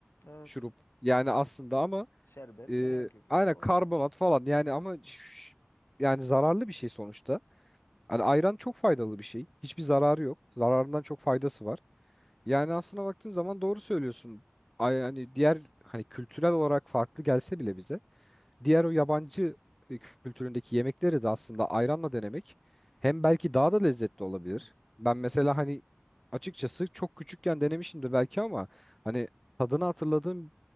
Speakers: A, on the left; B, in the centre.
A: Evet.
B: şurup. Yani aslında ama
A: Şerbet
B: e,
A: beyan kökü.
B: aynen
A: O
B: karbonat
A: ya.
B: falan yani ama
A: Hı.
B: ş- yani zararlı bir şey sonuçta. Hani ayran çok faydalı bir şey. Hiçbir zararı yok. Zararından çok faydası var. Yani aslına baktığın zaman doğru söylüyorsun. Ay, hani diğer hani kültürel olarak farklı gelse bile bize diğer o yabancı e, kültüründeki yemekleri
A: Aha.
B: de aslında ayranla denemek hem belki daha da lezzetli olabilir.
A: Evet.
B: Ben mesela hani açıkçası çok küçükken denemişimdir belki ama hani tadını hatırladığım